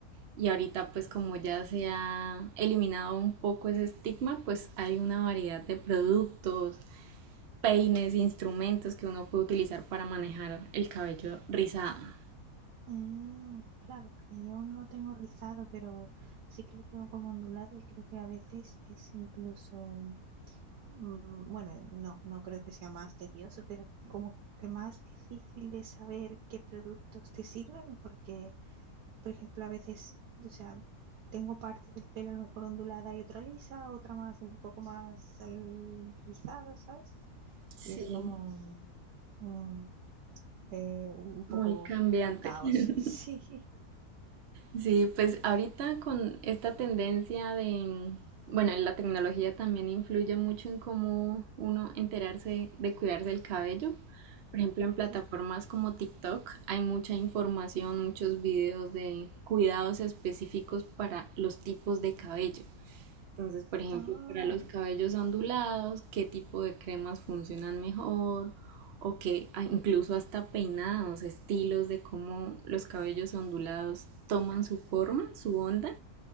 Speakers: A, on the right (about 65°); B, on the right (about 85°).
A: Y ahorita, pues como ya se ha eliminado un poco ese estigma, pues hay una variedad de productos, peines, instrumentos que uno puede utilizar para manejar el cabello rizado.
B: Mm, claro, porque yo no lo tengo rizado, pero sí que lo tengo como ondulado y creo que a veces es incluso, mm, bueno, no, no creo que sea más tedioso, pero como que más difícil de saber qué productos te sirven, porque, por ejemplo, a veces, o sea, tengo parte del pelo a lo mejor ondulada y otra lisa, otra más, un poco más al- rizado, ¿sabes?
A: Sí,
B: Y es como mm, eh, un poco
A: muy cambiante.
B: un caos,
A: <laughs>
B: <laughs> sí.
A: Sí, pues ahorita con esta tendencia de, bueno, la tecnología también influye mucho en cómo uno enterarse de cuidarse el cabello. Por ejemplo, en plataformas
B: Sí,
A: como TikTok hay mucha información, muchos videos de cuidados específicos para los tipos de cabello. Entonces, por ejemplo,
B: ah,
A: para los cabellos ondulados, ¿qué tipo de cremas funcionan mejor? O que ah, incluso hasta peinados, estilos de cómo los cabellos ondulados toman su forma, su onda.